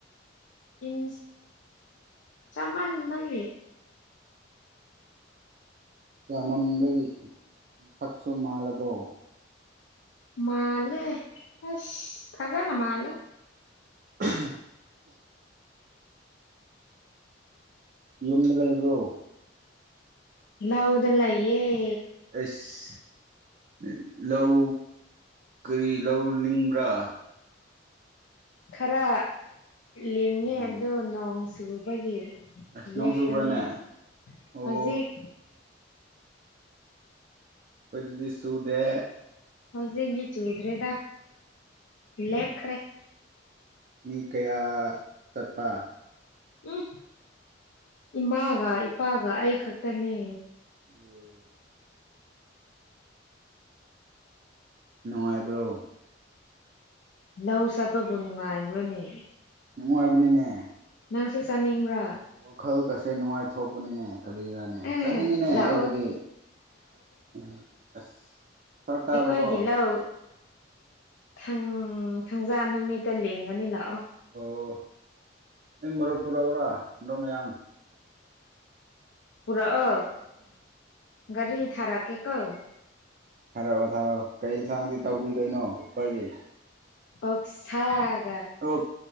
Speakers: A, on the left; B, on the right.
A: ꯟꯁ ꯆꯃꯥꯟꯗꯒꯤꯦ
B: ꯆꯃꯟꯕꯒꯤ ꯃꯁꯛꯁꯨ ꯃꯥꯜꯂꯕꯣ
A: ꯃꯥꯂ ꯑꯁ ꯐꯖꯥꯅ ꯃꯥꯂ
B: <unintelligible> ꯌꯨꯝꯗ ꯂꯩꯕ꯭ꯔꯣ
A: ꯏ ꯍꯎꯗꯂ ꯑꯦ
B: ꯑꯁ ꯂꯧ ꯀꯔꯤ ꯂꯧ ꯂꯤꯡꯕ꯭ꯔꯥ
A: ꯈꯔ ꯂꯤꯡꯉꯦ
B: ꯑꯣ
A: ꯑꯗꯣ ꯅꯣꯡ ꯆꯨꯕꯒꯤ
B: ꯑꯁ ꯅꯣꯡ
A: ꯂꯦꯞꯄꯅꯤ
B: ꯆꯨꯕ꯭ꯔꯥꯅꯦ ꯑꯣ
A: ꯍꯧꯖꯤꯛ
B: ꯑꯩꯈꯣꯏꯗꯨꯗꯤ ꯆꯨꯗꯦ
A: ꯍꯧꯣꯖꯤꯩꯒꯤ ꯆꯨꯗ꯭ꯔꯦꯗ ꯂꯦꯞꯈ꯭ꯔꯦ
B: ꯃꯤ ꯀꯌꯥ ꯆꯠꯄ
A: ꯎꯝ ꯏꯃꯥꯒ ꯏꯄꯥꯒ ꯑꯩ ꯈꯛꯇꯅꯦ
B: ꯑꯣ ꯅꯨꯡꯉꯥꯏꯕ꯭ꯔꯣ
A: ꯂꯧ ꯆꯠꯄꯕꯨ ꯅꯨꯡꯉꯥꯏꯕ꯭ꯔꯥꯅꯦ
B: ꯅꯨꯡꯉꯥꯏꯕꯅꯤꯅꯦ
A: ꯅꯪꯁꯨ ꯆꯥꯅꯤꯡꯕ꯭ꯔꯥ
B: ꯋꯥꯈꯜ ꯀꯁꯦ ꯅꯨꯡꯉꯥꯏꯊꯣꯛꯄꯅꯤꯅꯦ ꯀꯔꯤꯔꯥꯅꯦ
A: ꯑꯦ
B: ꯆꯠꯅꯤꯡꯉꯤꯅꯦ
A: ꯂꯥꯛꯑꯣ
B: ꯑꯩꯕꯨꯗꯤ ꯎ ꯑꯁ ꯐꯔꯛ ꯇꯥꯕꯀꯣ
A: ꯑꯩꯈꯣꯏꯋꯥꯒꯤꯂꯥꯎ ꯊꯪ ꯎꯝ ꯊꯪꯖꯥ ꯅꯨꯃꯤꯠꯇ ꯂꯦꯡꯒꯅꯤ ꯂꯥꯛꯑꯣ
B: ꯑꯣ ꯑꯩ ꯃꯨꯞ ꯄꯨꯥ ꯑꯣꯔꯥ ꯗꯃꯥꯏꯌꯥꯝ
A: ꯄꯨꯔꯥ ꯑ ꯒꯥꯔꯤ ꯊꯥꯔꯥ ꯀꯦꯀꯧ
B: ꯊꯥꯔꯛꯑꯣ ꯊꯥꯔꯛꯑꯣ ꯀꯩ ꯌꯦꯟꯁꯥꯡꯗꯤ ꯇꯧꯕꯤꯗꯣꯏꯅꯣ ꯑꯩꯈꯣꯏꯒꯤ
A: ꯑꯣꯛꯁꯥꯔ
B: ꯑꯣ